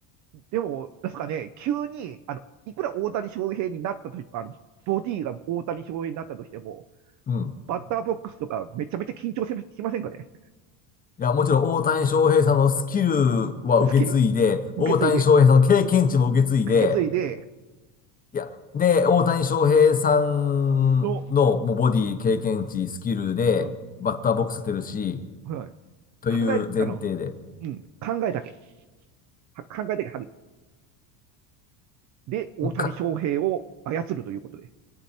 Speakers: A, on the right (about 40°); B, on the left (about 20°).
A: でも、ですかね、急に、あの、いくら大谷翔平になったとき、あの、ボディが大谷翔平になったとしても、
B: ー。うん。
A: バッターボックスとかめちゃめちゃ緊張しませんかね
B: いや、もちろん大谷翔平さんのスキルは受け継いで、
A: スキル、受け継いで、
B: 大谷翔平さんの経験値も受け継いで、
A: 受け継いで
B: いや、で、大谷翔平さんのもうボディ、
A: の、
B: 経験値、スキルで、
A: うん
B: バッターボックス立てるし、
A: はい、
B: という前提で。
A: 考える、あの、うん、考えだけ、は考えだけ、はり、で、大谷翔平を操るということで、
B: か、